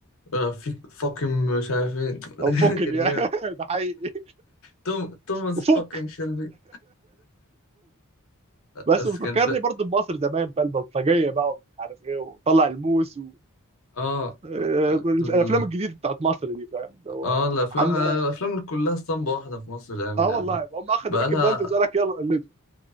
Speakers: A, on the left; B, on the right.
A: آه في فاكين مش عارفين <laughs>
B: او فوكن
A: كان
B: يعني
A: جامد
B: <laughs> ده حقيقي
A: توم توماس
B: وفوك
A: فاكين شيلبي
B: بس
A: بس
B: بيفكرني
A: كان ف...
B: برضه بمصر زمان بقى البلطجيه بقى ومش عارف ايه وطلع الموس و...
A: اه
B: آه،
A: ال-
B: الافلام الجديده بتاعت مصر دي فاهم اللي هو
A: اه الافلام
B: عم
A: آه،
B: اه
A: الافلام كلها اسطمبة واحدة في مصر الايام
B: آه
A: دي
B: والله
A: يعني
B: هم اخذوا
A: بقالها
B: بيكي بلاندرز قال لك يلا قلده